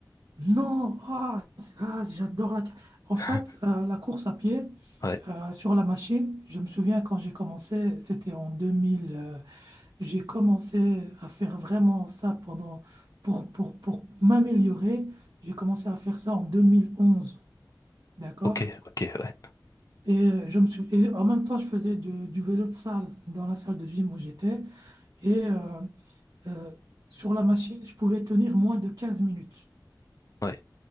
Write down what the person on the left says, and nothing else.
<laughs>
Ouais,
ok, ok, ouais,
ouais.